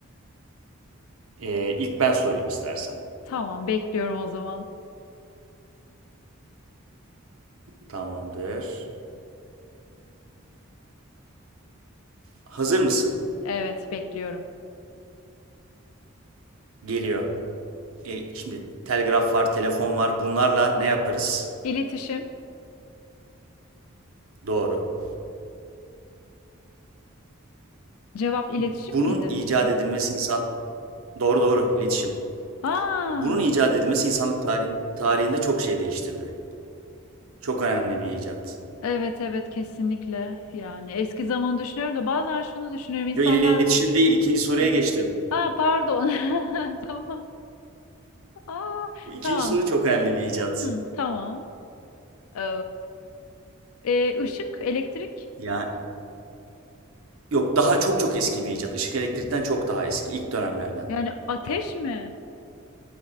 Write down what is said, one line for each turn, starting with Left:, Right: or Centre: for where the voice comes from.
Right: E, ilk ben sorayım istersen.
Left: Tamam, bekliyorum o zaman.
Right: Tamamdır. Hazır mısın?
Left: Evet, bekliyorum.
Right: Geliyor. E, şimdi telgraf var, telefon var. Bunlarla ne yaparız?
Left: İletişim.
Right: Doğru.
Left: Cevap iletişim
Right: Bunun
Left: miydi?
Right: icat
Left: Ha.
Right: edilmesi insan... Doğru doğru iletişim.
Left: Aa,
Right: Bunun icat edilmesi insanlık tarihin- tarihinde çok şey değiştirdi. Çok önemli bir icat.
Left: evet evet kesinlikle. Yani eski zaman düşünüyorum da bazen şunu düşünüyorum. İnsanlar
Right: Yo, iletişim
Left: bu
Right: değil. İkinci soruya geçtim.
Left: Ha pardon. <laughs> Tamam. Aa,
Right: Bu ikinci
Left: tamam.
Right: soru çok önemli bir icat.
Left: Hı, tamam. Ee, e, ışık, elektrik.
Right: Yani yok daha çok çok eski bir icat. Işık elektrikten çok daha eski. İlk dönemlerden.
Left: Yani ateş mi?